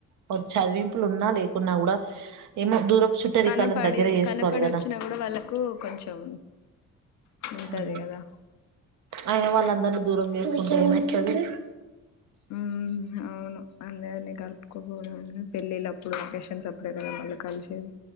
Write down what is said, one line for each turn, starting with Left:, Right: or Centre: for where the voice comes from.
Right: ఒ చదివింపులు ఉన్నా లేకున్నా కూడా ఏమో దూరపు చుట్టరి
Left: కనపడి
Right: కాలన్ దగ్గర చేసుకోవాలి
Left: కనపడి
Right: కదా
Left: వచ్చినా కూడా వాళ్ళకు కొంచెం ఉంటది
Right: ఉ
Left: కదా
Right: అయిన వాళ్ళందర్ని దూరం చేసుకుంటే ఏం వస్తది
Left: ఊ అవును అందరినీ కలుపుకపోవడం పెళ్ళిళ్ళ అప్పుడు వకేషన్స్ అప్పుడే కదా మళ్ళీ కలిసేది